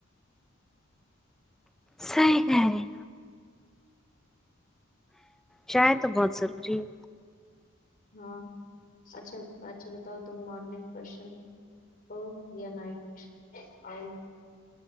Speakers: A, in the centre; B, on the left (about 45°).
A: صی کہہ رہی چائے تو بہت ضروری ہے
B: ہاں اچھا اچھا بتاؤ تم مارننگ پرشن ہو یا نائٹ آؤ